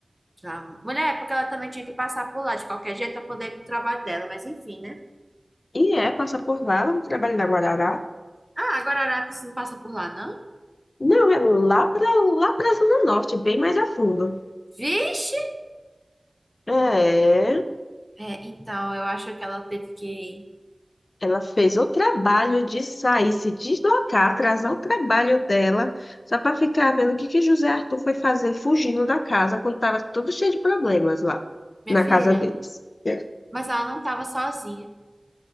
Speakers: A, in the centre; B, on the left.
A: Já- Mulher, é porque ela também tinha que passar por lá de qualquer jeito para poder ir pro trabalho dela, mas enfim, né?
B: E é, passa por lá, vamos trabalhar na Guarará.
A: Ah, agora a Arapes não passa por lá, não?
B: Não, é lá para lá para Zona Norte, bem mais a fundo.
A: Vixe!
B: É.
A: É, então, eu acho que ela teve que.
B: Ela fez o trabalho de sair, se deslocar, atrasar o trabalho dela, só para ficar vendo o que que José Arthur foi fazer fugindo da casa quando estava tudo cheio de problemas lá
A: Minha
B: na
A: filha,
B: casa deles. É.
A: mas ela não tava sozinha. O